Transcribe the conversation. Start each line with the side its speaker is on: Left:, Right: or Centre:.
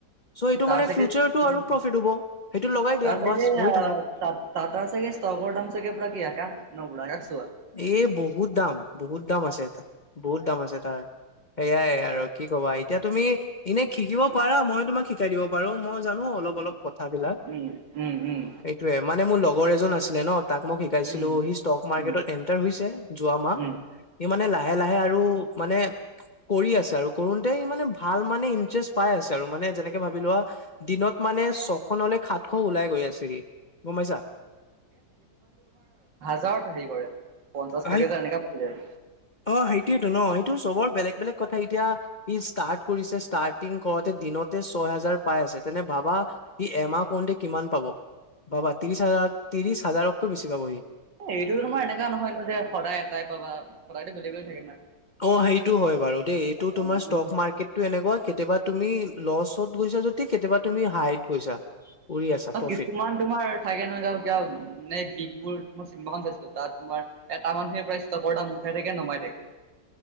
Left: চ' এইটো
Right: তাৰ
Left: মানে
Right: চাগে
Left: ফিউচাৰটো
Right: উম,
Left: আৰু প্ৰফিট হ'ব সেইটো লগাই দিয়া
Right: তাৰ চাগে
Left: বাছ
Right: আ,
Left: বহি থাকা
Right: টা টাটাৰ চাগে ষ্টকৰ দাম চাগে পুৰা গিৰাকা নহ গুৰাগাজ।
Left: এ বহুত দাম, বহুত দাম আছে এটা বহুত দাম আছে তাৰ সেয়াই আৰু। কি ক'বা এতিয়া তুমি এনে শিকিব পাৰা মই তোমাক শিকাই দিব পাৰো মই জানো অলপ অলপ
Right: উম
Left: কথা বিলাক
Right: উম উম উম
Left: এইটোয়ে মানে মোৰ লগৰ এজন আছিলে ন তাক মই শিকাইছিলো
Right: উম
Left: সি ষ্টক স্মাৰ্ট
Right: উম
Left: এন্টাৰ হৈছে যোৱা মাহ।
Right: উম
Left: সি মানে লা লাহে লাহে আৰু মানে। কৰি আছে আৰু কৰোতে মানে ভাল মানে ইন্টাৰেষ্ট পাই আছে আৰু মানে যেনেকে ভাবি লোৱা দিনত। মানে ছশ নহলে খাত খ ওলাই গৈ আছেহি গম পাইছা।
Right: <unintelligible> পঞ্চাছ ষাতি
Left: সেই
Right: হাজাৰ এনেকে পাই যায়।
Left: অ', সেইটোয়েটো ন সেইটো চবৰ বেলেগ বেলেগ কথা এতিয়া ই ষ্টাৰ্ট কৰিছে ষ্টাৰ্টিং কৰতে দিনতে ছয় হাজাৰ পাই আছে তেনে ভাবা সি এমাহ কৰোতেই কিমান পাব? ভাবা ত্ৰিশ হাজাৰ ত্ৰিশ হাজাৰকৈ বছি পাব সি।
Right: এইটো তোমাৰ এনেকা নহয় ন যে সদায় এটাই পাবা। সদায়তো বেলেগ বেলেগ থাকে না।
Left: অ', সেইটো হয় বাৰু দেই এইটো তোমাৰ
Right: অ
Left: ষ্টক
Right: উম।
Left: মাৰ্কেটটো এনেকুৱা কেতিয়াবা তুমি লচত গৈছা যদি কেতিয়াবা তুমি হাইত গৈছা। উৰি আছা
Right: অ',
Left: প্ৰফিট
Right: কিছুমান তোমাৰ থাকে নহয় ক কিয়া নে বিষবোৰ ত' চিনেমাখন চাইছিলোঁ। তাত তোমাৰ এটা মানুহে প্ৰায় ষ্টকৰ দাম উঠাই থাকে নমাই থাকে।